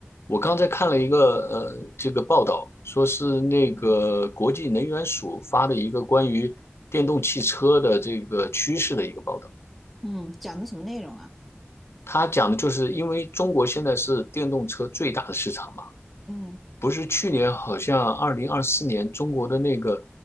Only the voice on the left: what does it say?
我刚才看了一个呃这个报道，说是那个国际能源署发的一个关于电动汽车的这个趋势的一个报道。
他讲的就是因为中国现在是电动车最大的市场嘛，
不是去年好像二零二四年中国的那个